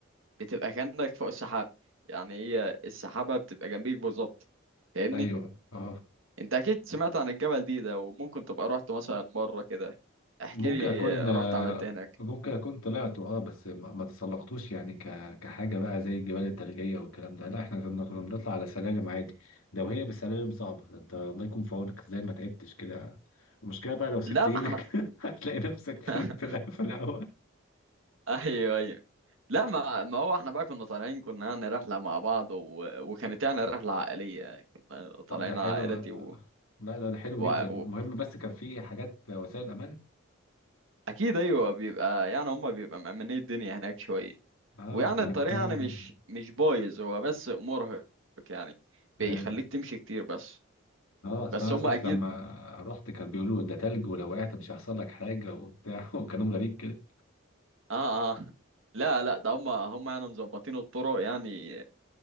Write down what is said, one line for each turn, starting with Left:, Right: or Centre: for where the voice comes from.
Right: بتبقى كأنك فوق السحاب يعني هي السحابة بتبقى جنبيك بالظبط فاهمني
Left: ايوه اه
Right: انت اكيد سمعت عن الجبل دي ده وممكن تبقى رحت مثلا مرة كده احكي
Left: ممكن
Right: لي
Left: اكون آه،
Right: رحت عملت إيه هناك
Left: ممكن اكون طلعته اه بس ما ما تسلقتوش يعني ك... كحاجه بقى زي الجبال الثلجيه والكلام ده لا احنا كنا كنا بنطلع على سلالم عادي لو هي بالسلالم صعبه ده انت الله يكون في عونك ازاي ما تعبتش كده المشكله بقى لو سبت
Right: لا
Left: ايدك
Right: ما احنا
Left: <laughs> هتلاقي نفسك في
Right: <laughs>
Left: في في الهواء
Right: ايوه ايوه لا ما ما هو احنا بقى كنا طالعين كنا يعني رحلة مع بعض و... وكانت يعني رحلة عائلية كنا طالعين
Left: ده حلو
Right: عائلتي و...
Left: لا ده ده حلو
Right: و...
Left: جدا المهم
Right: و...
Left: بس كان في حاجات وسائل امان
Right: اكيد ايوه بيبقى يعني هم بيبقى مأمنين الدنيا هناك شوية
Left: اه
Right: ويعني
Left: اصل المكان
Right: الطريق يعني
Left: ال...
Right: مش مش بايظ هو بس مرهق يعني بيخليك
Left: ايوه
Right: تمشي كتير بس
Left: اه اصل
Right: بس
Left: انا
Right: هم
Left: ساعات
Right: اكيد
Left: لما رحت كان بيقولوا ده تلج ولو وقعت مش هيحصل لك حاجه وبتاع <laughs> وكلام غريب كده
Right: اه اه <laughs> لا لا ده هم هم يعني مظبطين الطرق يعني